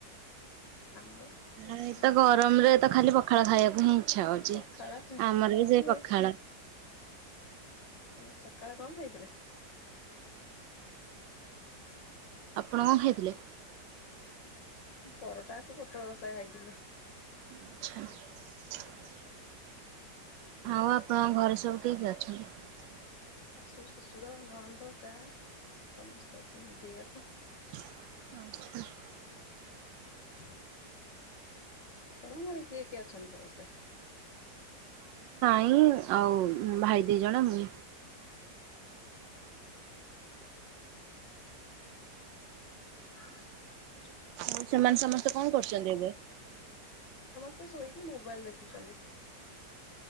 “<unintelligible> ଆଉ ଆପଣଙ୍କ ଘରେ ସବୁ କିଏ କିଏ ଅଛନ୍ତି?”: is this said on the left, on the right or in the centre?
Right